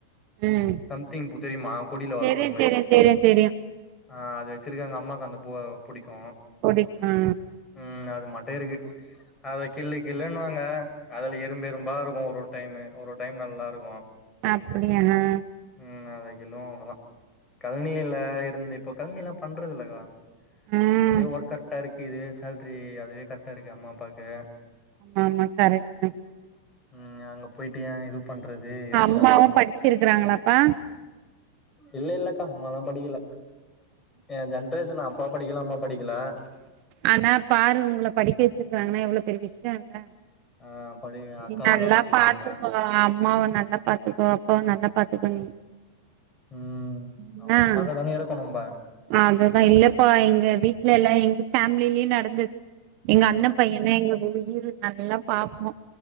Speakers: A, on the right; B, on the left.
A: ம்
B: சம்திங் பூ தெரியுமா கொடியில வர
A: தெரியு
B: வருமே
A: தெரியு தெரியு தெரியு
B: ஆ அது வெச்சிருக்காங்க அம்மாக்கு அந்த பூவ புடிக்கு
A: புடிக்கு
B: ம் அது மட்டு இருக்கு அத கிள்ளு கிள்ளுன்னுவாங்க அதுல எறும் எறும்பா இருக்கு ஒரு ஒரு டைமு ஒரு ஒரு டைம் நல்லா இருக்கு
A: அப்டியாணா
B: ம் அத கிள்ளு அவ்ளதா கழனியில இருந்து இப்போ கழனில்லா பண்றது இல்லக்கா
A: ம்
B: அதே ஒர்க் கர்ட்டா இருக்குது சேல்ரி அதுவே கர்ட்டா இருக்கு அம்மா அப்பாக்கு
A: ஆமா ஆமா கரெக்ட் தா
B: ம் அங்க போயிட்டு ஏ இது பண்றது
A: தா
B: இருக்கட்டு
A: அம்மாவு படிச்சிருக்கறாங்களாப்பா
B: இல்லல்லக்கா அம்மாலா படிக்கல எ ஜென்ரேஷனு அப்பா படிக்கலா அம்மா படிக்கலா
A: ஆனா பாரு உங்கள படிக்க வெச்சிருக்காங்கன்னா எவ்ளா பெரிய விஷ்யோ இல்ல
B: ஆ படி
A: நீ
B: அக்கா
A: நல்லா
B: படிச்சிருக்காங்க
A: பாத்துக்கோ அம்மாவ நல்லா பாத்துக்கோ அப்பாவ நல்லா பாத்துக்கோ நீ
B: ம்
A: என்ன
B: அவங்கள பாக்க தானே இருக்கோ நம்ப
A: அதுதா இல்லப்பா எங்க வீட்லல்லா எங்க ஃபேமிலிலையு நடந்தது எங்க அண்ண
B: ம்
A: பையனா எங்ளுக்கு உசிறு நல்லா பாப்போ